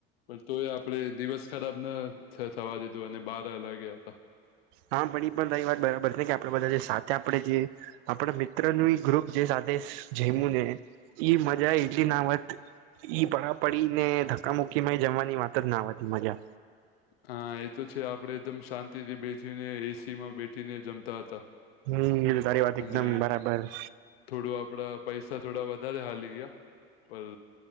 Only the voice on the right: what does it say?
હા પણ એ પણ ત વાત બરાબર છે. કે આપડે બધા જે સા આપડે જે આપણા મિત્ર ન ગ્રુપ જે સાથે જેમું ને ઈ મજા એટલી ના વત ઈ પડાા પડી ને ધક્ક મુુકી એ જમવાની વાત જ ના હોતી મજા
હમ એ તારી વાત
એકદમ બરાબર.